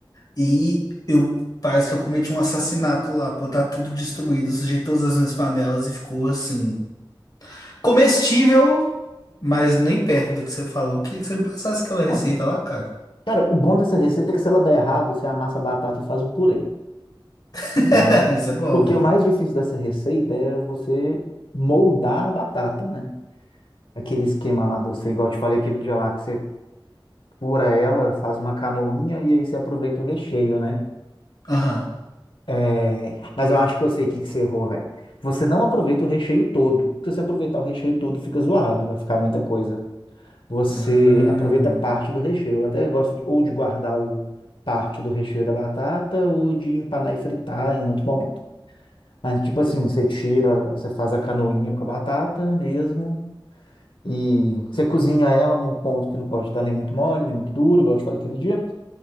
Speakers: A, on the left (about 50°); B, on the left (about 75°).
A: E eu parece que eu cometi um assassinato lá, pô, tá tudo destruído, sujei todas as minhas panelas e ficou assim. Comestível, mas nem perto do que você falou. Queria que você me passasse aquela receita
B: Não.
A: lá, cara.
B: Cara, o bom dessa receita é que se ela der errado, você amassa a batata e faz um purê,
A: <laughs>
B: tá ligado?
A: Isso é bom,
B: Porque
A: hein?
B: o mais difícil dessa receita é você moldar a batata, né? Aquele esquema lá do, você- igual eu te falei aquele dia lá, que você pura ela, faz uma canoinha e aí você aproveita o recheio, né?
A: Aham.
B: É, mas eu acho que eu sei o que que você errou, velho. Você não aproveita o recheio todo. Porque Se você aproveitar o recheio todo, fica zoado, vai ficar muita coisa. Você
A: Hum.
B: aproveita parte do recheio. Eu até gosto de- ou de guardar o parte do recheio da batata ou de empanar e fritar em outro momento. Mas, tipo assim, você tira, você faz a canoinha com a batata mesmo. E você cozinha ela num ponto que não pode estar nem muito mole, nem muito duro, igual eu te falei aquele dia.